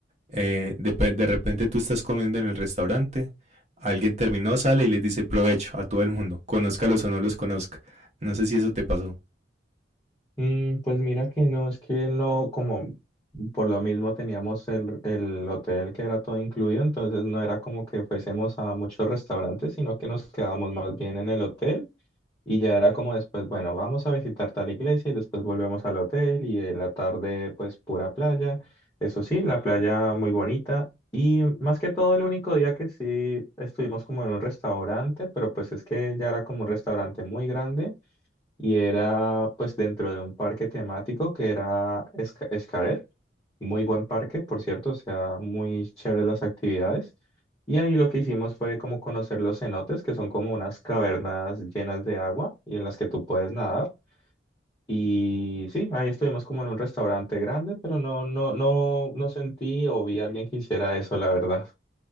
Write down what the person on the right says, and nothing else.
eh, de, de repente tú estás comiendo en el restaurante, alguien terminó, sale y les dice provecho a todo el mundo, conózcalos o no los conozca. No sé si eso te pasó.